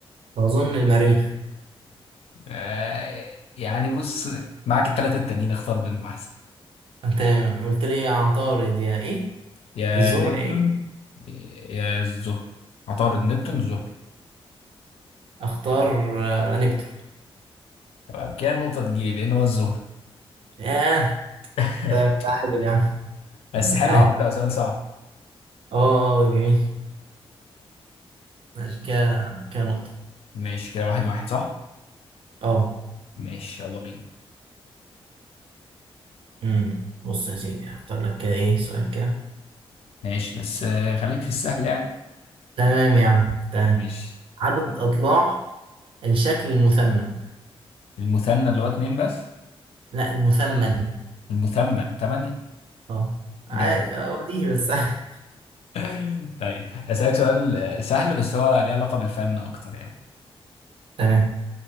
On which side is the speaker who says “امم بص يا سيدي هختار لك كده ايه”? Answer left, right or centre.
Right